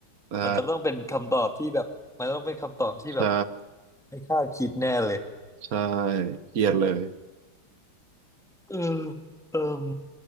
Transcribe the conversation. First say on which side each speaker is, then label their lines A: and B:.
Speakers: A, on the right (about 50°); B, in the centre.
A: <laughs> ใช่
B: มันจะต้องเป็นคำตอบที่แบบมันต้องเป็นคำตอบที่แบบ
A: ใช่
B: ไม่คาดคิดแน่เลย
A: ใช่เกลียดเลย
B: เออเอม